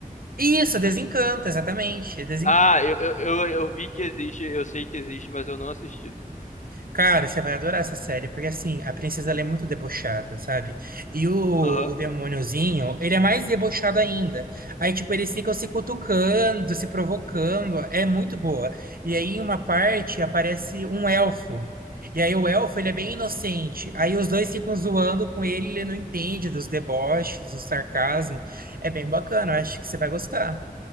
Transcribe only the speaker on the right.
Isso, Desencanto, exatamente, é Desencanto.
Cara, você vai adorar essa série, porque assim, a princesa ela é muito debochada, sabe? E o,
o demôniozinho, ele é mais debochado ainda. Aí, tipo, eles ficam se cutucando, se provocando, é muito boa. E aí, em uma parte, aparece um elfo. E aí, o elfo, ele é bem inocente. Aí, os dois ficam zoando com ele, ele não entende dos deboches, do sarcasmo. É bem bacana, eu acho que você vai gostar.